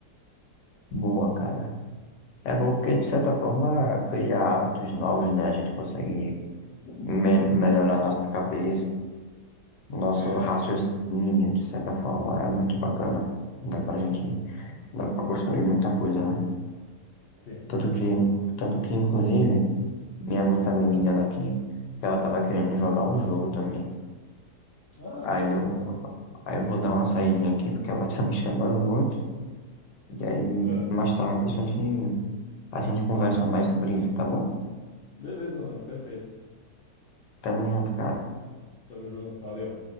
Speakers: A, on the left; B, on the left.
A: Boa, cara. É bom porque, de certa forma, cria hábitos novos, né? A gente consegue me melhorar nossa cabeça, nosso
B: É,
A: raciocínio, de certa forma. É muito bacana. Dá pra gente
B: sim,
A: Dá pra construir muita coisa, né?
B: sim.
A: Tanto que, tanto que, inclusive, minha mãe tá me ligando aqui, que ela tava querendo jogar um jogo também.
B: Ah,
A: Aí
B: beleza,
A: eu vou,
B: mano.
A: aí eu vou dar uma saidinha aqui, porque ela <laughs> tá me chamando muito. E aí,
B: Ah,
A: mais tarde, a gente, a gente conversa mais sobre isso, tá bom?
B: beleza, mano, perfeito.
A: Tamo junto, cara.
B: Tamo junto, valeu.